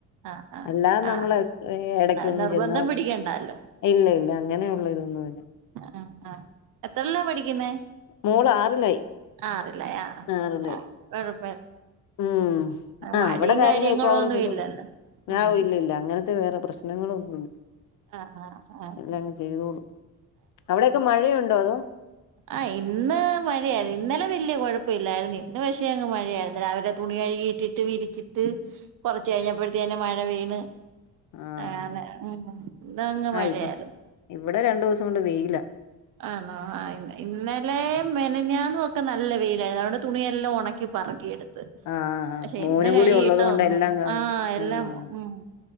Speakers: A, on the right; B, on the left.
A: ആ ആ
B: അല്ലാതെ നമ്മള്
A: ആ
B: എടക്കൊന്നും
A: എന്നാലും നിർബന്ധം
B: ചെന്ന്
A: പിടിക്കണ്ടല്ലോ
B: ഇല്ല ഇല്ല അങ്ങനെയ ഉള്ള ഇതൊന്നും ഇല്ല
A: അ ആ എത്രല്ലാ പഠിക്കുന്നെ
B: മോള് ആറിലായി
A: ആറില്ലേ ആ
B: ആറിലായി
A: അ <unintelligible>
B: ഉം ആ
A: മടിയും
B: അവിടെ കാര്യങ്ങൾ
A: കാര്യങ്ങളൊന്നും
B: ഇപ്പൊ അവള് ചെയ്തോളും
A: ഇല്ലല്ലോ
B: ഞാവല്ലില്ല
A: ഉം
B: അങ്ങനെ ത് വേറെ പ്രശ്നങ്ങളൊന്നു
A: ആഹ് ആഹ് ആഹ്
B: എല്ലാങ്ങ് ചെയ്തോളും അവിടെക്കെ മഴയുണ്ടോ അതോ
A: അ ഇന്ന് മഴയായി ഇന്നലെ വല്യ കുഴപ്പില്ലായിരുന്നു ഇന്ന് പക്ഷേ അങ്ങ് മഴയായിരുന്ന് രാവിലെ തുണി കഴികിട്ടിട്ട് വിരിച്ചിട്ട് കുറച്ച് കഴിഞ്ഞപ്പോഴത്തേ തന്നെ മഴ പെയ്ണ്
B: ആഹ്
A: ആനെ ഉം ഇന്ന് അങ്ങ്
B: ആഹ്
A: മഴയായിരുന്നു
B: ഇവ ഇവിടെ രണ്ടൂസം കൊണ്ട് വെയില
A: ആണോ ആ ഇന്ന് ഇന്നലെ മെനഞ്ഞാന്നും ഒക്കെ നല്ല വെയിൽആയിരുന്ന് അതുകൊണ്ട് തുണിയെല്ലാം ഒണക്കി പറക്കിയെട് ത്
B: ആഹ്
A: പക്ഷെ
B: മോനും
A: ഇന്ന് കഴുകിട്ട
B: കൂടി ഉള്ളത് കൊണ്ട്
A: ഒന്നും
B: എല്ലാം കാണും
A: ആ എല്ലാം
B: ആഹ്
A: ഉം